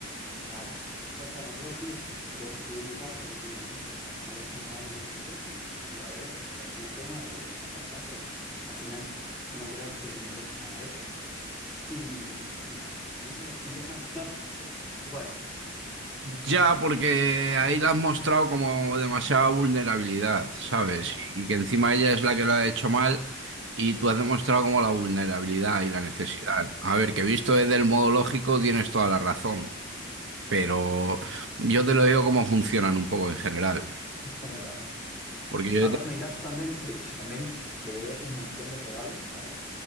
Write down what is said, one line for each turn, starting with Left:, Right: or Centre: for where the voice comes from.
Centre: Y nada, después a los dos días yo recibí un mensaje diciéndome, mira, pues al final esto no va a ningún sitio y ya lo veo, o sea, es una pena porque tal, tal, tal, pero al final yo no creo que me merezca esto. Y, y nada, eso nunca me respondió nada, <laughs> nada, adiós, bye
Right: Ya, porque ahí la has mostrado como demasiada vulnerabilidad, ¿sabes?
Centre: ya,
Right: Y que encima ella es la que lo ha hecho mal y tú has demostrado como la vulnerabilidad y la necesidad. A ver, que visto desde el modo lógico tienes toda la razón, pero yo te lo digo cómo funcionan un poco en general.
Centre: en general no.
Right: Porque yo
Centre: Además,
Right: te-
Centre: en mi caso también, eh, eso también, le llevé un montón de regalos, ¿vale?